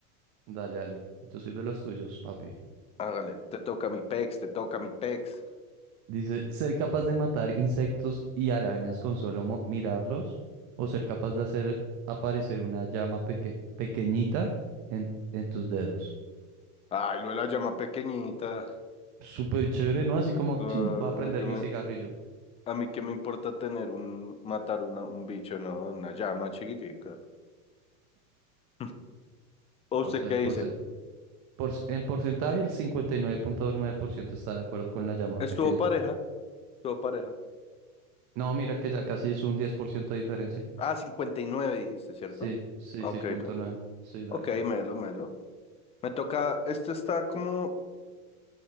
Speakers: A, on the right (about 50°); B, on the left (about 15°).
A: Dale, dale. Yo soy de los tuyos, papi.
B: Hágale, te toca mi pex, te toca mi pex.
A: Dice, ser capaz de matar insectos y arañas con solo mo- mirarlos o ser capaz de hacer aparecer una llama peque- pequeñita en, en tus dedos.
B: Ay, lo de la llama pequeñita.
A: súper chévere, ¿no? Así como,
B: Claro,
A: chum, va a prender
B: a mí que me,
A: mi cigarrillo.
B: a mí qué me importa tener un, matar una, un bicho, ¿no? Una llama chiquitica. <laughs> ¿O usted
A: Vamos a
B: qué
A: ver,
B: dice?
A: porcen- por, en porcentaje el cincuenta y nueve punto nueve por ciento está de acuerdo con la llama
B: Estuvo
A: pequeñita.
B: pareja, estuvo pareja.
A: No, mira que ya casi es un 10% de diferencia.
B: Ah, 59 dijiste, ¿cierto?
A: Sí, sí,
B: Ok,
A: sí, punto
B: ok.
A: nueve. Sí, dale.
B: Ok, melo, melo. Me toca, este está como,